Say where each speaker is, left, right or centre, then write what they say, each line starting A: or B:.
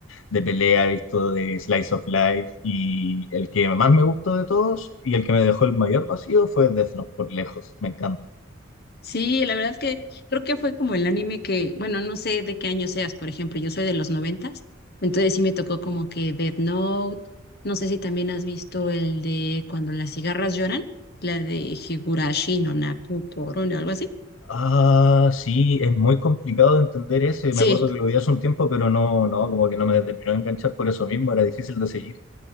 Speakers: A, on the left (about 70°); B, on the left (about 50°).
A: de pelea, he visto de Slice of Life y el que más me gustó de todos y el que me dejó el mayor vacío fue Death Note, por lejos, me encanta.
B: Sí, la verdad que creo que fue como el anime que, bueno, no sé de qué año seas, por ejemplo, yo soy de los noventas, entonces sí me tocó como que Death Note, no sé si también has visto el de Cuando las cigarras lloran, la de Higurashi no Naku Toron o algo así.
A: Ah, sí, es muy complicado de entender ese,
B: Sí,
A: me acuerdo que lo vi hace un tiempo, pero no, no, como que no me terminó de enganchar por eso mismo, era difícil de seguir.